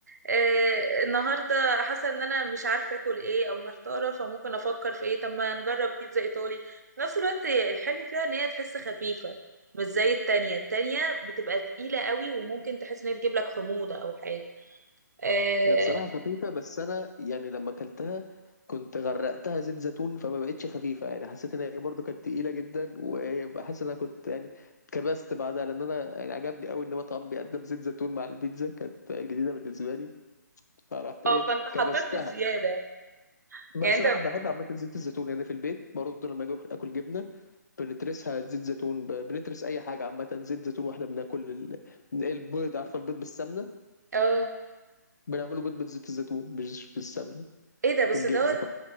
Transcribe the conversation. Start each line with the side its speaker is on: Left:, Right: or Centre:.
Right: آه النهارده حاسه ان انا مش عارفه اكل ايه او محتاره فممكن افكر في ايه طب ما نجرب بيتزا ايطالي في نفس الوقت الحلو فيها ان هي تحس خفيفه مش زي التانية التانية بتبقى تقيلة قوي وممكن تحس ان هي تجيب لك حموضة او حاجة اه
Left: هي بصراحة خفيفة بس أنا يعني لما أكلتها كنت غرقتها زيت زيتون فما بقتش خفيفة يعني حسيت إن هي برضه كانت تقيلة جدا وحاسس إن أنا كنت يعني اتكبست بعدها لأن أنا يعني عجبني أوي إن مطعم بيقدم زيت زيتون مع البيتزا كانت جديدة بالنسبة لي فرحت
Right: آه،
Left: إيه
Right: فانت حطيت
Left: كبستها
Right: بالزيادة
Left: بس
Right: يعني انت
Left: صراحة بحب عامة زيت الزيتون يعني في البيت برضه لما أجي آكل جبنة بنترسها زيت زيتون ب- بنترس أي حاجة عامة زيت زيتون وإحنا بناكل ال- البيض عارفة البيض بالسمنة
Right: اه
Left: بنعمله بيض بزيت الزيتون مش بالسمنة
Right: ايه ده بس
Left: والجبنة
Right: دوت